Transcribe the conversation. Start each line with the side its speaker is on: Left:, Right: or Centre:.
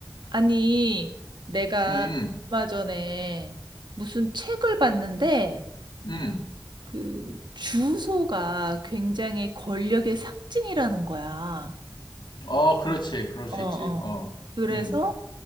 Right: 아니, 내가
Left: 음,
Right: 얼마 전에 무슨 책을 봤는데,
Left: 음.
Right: 그, 주소가 굉장히 권력의 상징이라는 거야.
Left: 어, 그렇지. 그럴 수
Right: 어,
Left: 있지.
Right: 어.
Left: 어,
Right: 그래서
Left: 음,